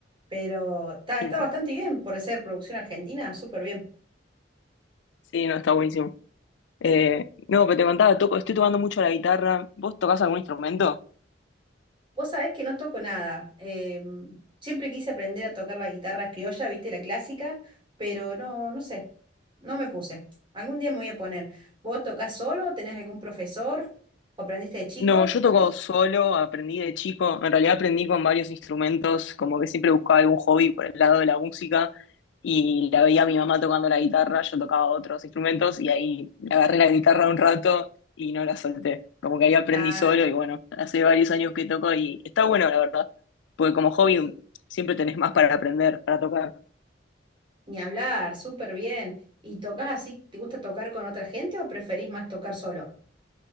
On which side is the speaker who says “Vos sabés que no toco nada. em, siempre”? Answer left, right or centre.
Right